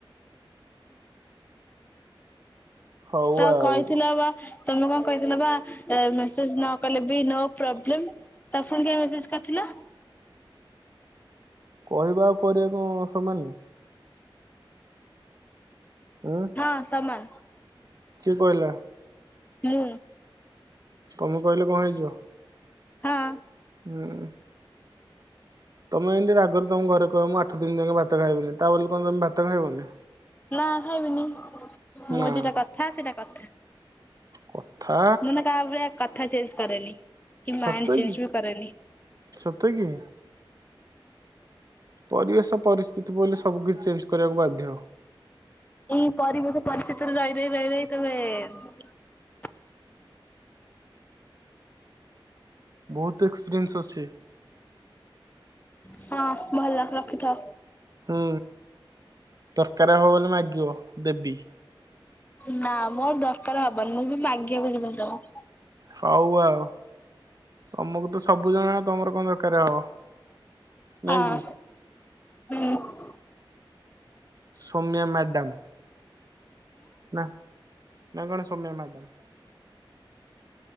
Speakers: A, on the right; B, on the left.
A: ହଉ
B: ତ
A: ଆଉ
B: କହିଥିଲା ବା ତମେ କ'ଣ କହିଥିଲ ବା ଏ ମେସେଜ ନ କଲେ ବି ନୋ ପ୍ରବ୍ଲେମ୍। ତ ପୁଣି କାଇଁ ମେସେଜ କରିଥିଲ?
A: ହୁଁ କହିବା ଆଉ କରିବା କ'ଣ ସମାନ? ଉଁ
B: ହଁ, ସମାନ।
A: କିଏ କହିଲା?
B: ମୁଁ
A: ତମେ କହିଲେ କ'ଣ ହେଇଯିବ?
B: ହଁ।
A: ହୁଁ। ତମେ ଏମିତି ରାଗରେ ତମ ଘରେ କହିବ, ମୁଁ ଆଠ ଦିନି ଯାକେ ଭାତ ଖାଇବନି ତା ବୋଲି ତମେ ଯମା ଭାତ ଖାଇବନି?
B: ନା, ଖାଇବିନି ମୋର
A: ନା
B: ଯଉଟା କଥା ସେଇଟା କଥା।
A: କଥା
B: ମୁଁ ନା, କାହା ଭଳିଆ କଥା ଚେଞ୍ଜ କରେନି। କି
A: ସତ
B: ମାଇଣ୍ଡ ଚେଞ୍ଜ
A: କି
B: ବି କରେନି।
A: ସତ କି? ପରିବେଶ ପରିସ୍ଥିତି ପଇଲେ ସବୁ କିଛି ଚେଞ୍ଜ କରିବାକୁ ବାଧ୍ୟ।
B: ଏଇ ପରିବେଶ ପରିସ୍ଥିତିରେ ରହି, ରହି, ରହି, ରହି ତମେ
A: ବହୁତ ଏକ୍ସପିରିଏନ୍ସ ଅଛି
B: ହଁ, ଭଲ ରଖିଥାଅ।
A: ହୁଁ, ଦରକାର ହବ ବୋଲେ ମାଗିବ ଦେବି।
B: ନା, ମୋର ଦରକାର ହବନି ମୁଁ ବି ମାଗିବାକୁ ଯିବିନି ତମ
A: ହଉ ଆଉ। ତମକୁ ତ ସବୁ ଜଣା ତମର କ'ଣ ଦରକାର ହବ? ନାଇଁ
B: ହଁ,
A: କି
B: ହୁଁ।
A: ସୌମ୍ୟା ମ୍ୟାଡାମ ନା, ନା କ'ଣ ସୋମ୍ୟା ମ୍ୟାଡମ୍?